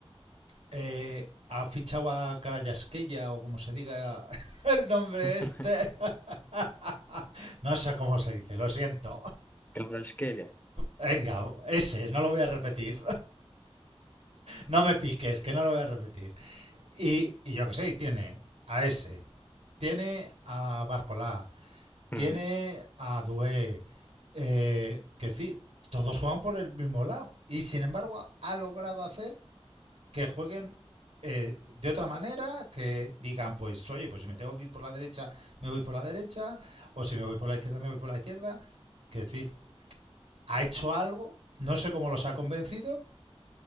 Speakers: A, on the right (about 80°); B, on the left (about 20°).
A: Eh, ha fichado a Carayasqueya, o como se diga <laughs> el nombre
B: <laughs>
A: este. <laughs> No sé cómo se dice, lo siento.
B: Kvaratskhelia.
A: Venga, ese, no lo voy a repetir. No me piques, que no lo voy a repetir. Y, y yo qué sé, tiene a ese, tiene a Barcolá, tiene
B: Ujú.
A: a Dué. Eh, que decir, todos juegan por el mismo lado. Y sin embargo, ha logrado hacer que jueguen eh, de otra manera, que digan, pues, oye, pues si me tengo que ir por la derecha, me voy por la derecha, o si me voy por la izquierda, me voy por la izquierda. Que decir, ha hecho algo, no sé cómo los ha convencido,